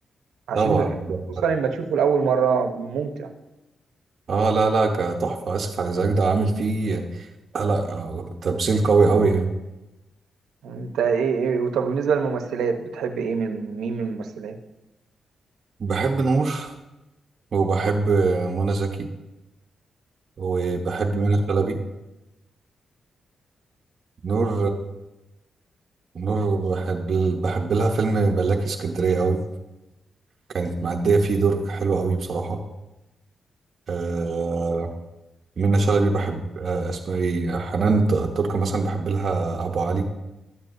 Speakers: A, on the right; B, on the right.
A: عشان
B: طبعا ده
A: خصوصا لما تشوفه لاول مره ممتع
B: اه لا لا ك- تحفة اسف على الازعاج ده عامل فيه آه لا آه تمثيل قوي قوي يعني
A: انت ايه, إيه؟ طب بالنسبه للممثلات بتحب ايه من مين من الممثلات
B: بحب نور وبحب منى زكي وبحب منى شلبي نور نور بحب بحب لها فيلم ملاكي اسكندرية قوي كانت مأدية فيه دور حلو قوي بصراحة آه، منة شلبي بحب آه اسمها ايه حنان ت- تركة مثلا بحب لها ابو علي